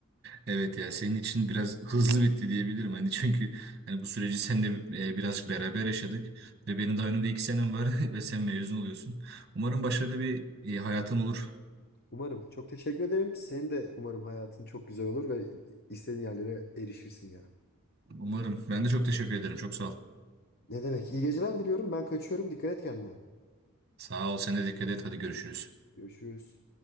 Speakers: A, on the right (about 45°); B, on the left (about 45°).
A: Evet ya senin için biraz hızlı bitti diyebilirim. Hani çünkü hani bu süreci seninle e, birazcık beraber yaşadık ve benim daha önümde iki senem var <laughs> ve sen mezun oluyorsun. Umarım başarılı bir e, hayatın olur.
B: <laughs> Umarım. Çok teşekkür ederim. Senin de umarım hayatın çok güzel olur ve istediğin yerlere erişirsin ya.
A: Umarım. Ben de çok teşekkür ederim. Çok sağ ol.
B: Ne demek? İyi geceler diliyorum. Ben kaçıyorum. Dikkat et kendine.
A: Sağ ol. Sen de dikkat et. Hadi görüşürüz.
B: Görüşürüz.